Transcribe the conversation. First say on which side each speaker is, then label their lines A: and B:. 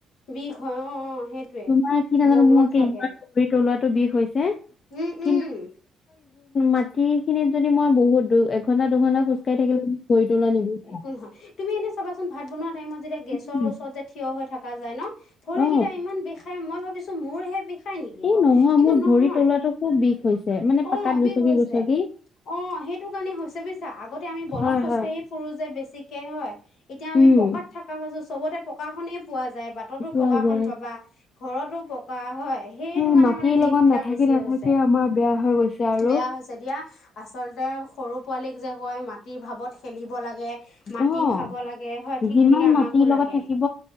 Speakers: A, on the left (about 60°); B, on the left (about 35°).
A: বিষ হয় অ অ সেইটোৱে
B: তোমাৰ কি নাজানো
A: বনত
B: মোৰ একে
A: লাগে
B: ইমান ভৰি তলত বিষ হৈছে
A: উম
B: কিন্তু
A: উম
B: মাটিখিনিত যদি মই বহুত দুঘণ্টা দুঘণ্টা খোজকাঢ়ি থাকিলে ভৰি তোলোৱাই নিব
A: কোন হয়? তুমি এনে চাবাচোন ভাত বনোৱা টাইমত যেতিয়া গেছৰ
B: উম,
A: ওচৰত যে থিয় হৈ থকা যায় ন ভৰিকেইটা
B: অ
A: ইমান বিষাই মই ভাবিছো মোৰ হে বিষ ষাই নেকি
B: এই
A: বাও
B: নহয়
A: কিন্তু
B: মোৰ
A: নহয়
B: ভৰি তলুৱাটো খুব বিষ হৈছে মানে
A: অ
B: পাকাত
A: বিষ
B: গুচকি
A: হৈছে।
B: গুচকি
A: অ সেইটো কাৰণে হৈছে ব থা আগতে আমি বনত
B: হয়
A: খোজকাঢ়ি
B: হয়
A: ফুৰো যে বেছিকে হয় এতিয়া আমি
B: উম
A: পকাত থকা হৈছো চবতে পকা কাখনে পোৱা যায় বাটতো
B: চোৱা
A: পকাখন
B: যায়
A: পাবা ঘৰটো কৰা হয় সেইটো
B: সেই
A: কাৰণে
B: মাটিৰ
A: মানে বিষ
B: লগত
A: বিলাক
B: নাথাকি
A: বেছি
B: নাথাকি
A: হৈছে।
B: আমাৰ বেয়া হৈ গৈছে আৰু
A: বেয়া হৈছে দিয়া। আচলতে সৰু পোৱালীক যে কয় মাটিৰ ভাৱত খেলি ব লাগে মাটি
B: অ
A: খাব লাগে হয় ঠিক
B: যিমান
A: তেনেকে আমাকো
B: মাটিৰ লগত
A: লাগে,
B: থাকিব